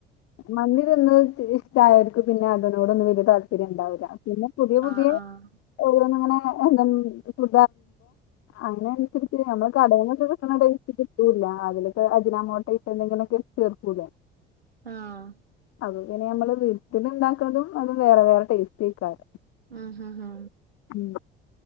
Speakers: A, on the left; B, on the right.
A: മന്ദി തിന്ന് ഇഷ്ടായവർക്ക് പിന്നെ അതിനോടൊന്നും വലിയ താല്പര്യം ഉണ്ടാവില്ല പിന്നെ പുതിയ പുതിയ
B: ആഹ് ആഹ്
A: ഓരോന്ന് ഇങ്ങനെ എന്ത ഫു അതിന അനുസരിച്ച് നമ്മള് കടലൊക്കെ ക കിട്ട്ണടേസ്റ്റൊന്നും കിട്ടുല്ല അതിലൊക്കെ അജിനാമോട്ട ഇട്ട് എന്തെങ്കിലൊക്കെ ചേർക്കൂലേ
B: ആഹ്
A: അത് ഇങ്ങനെ നമ്മള് വീട്ടിൽ ഉണ്ടാക്കുന്നതും അതും വേറെ വേറെ ടേസ്റ്റക്കാരം
B: ഉം ഹു ഹ്
A: ഉം